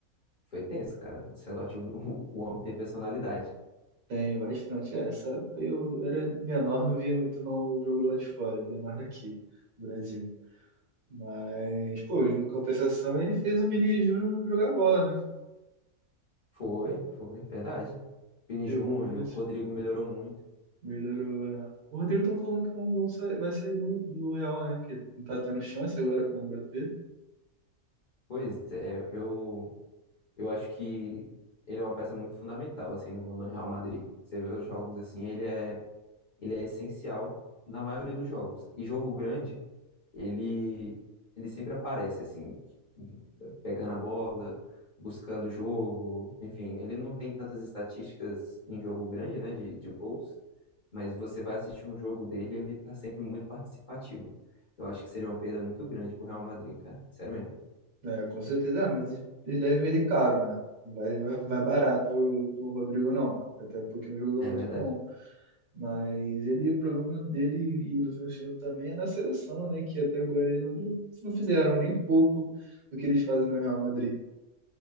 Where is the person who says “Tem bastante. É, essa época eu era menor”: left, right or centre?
Right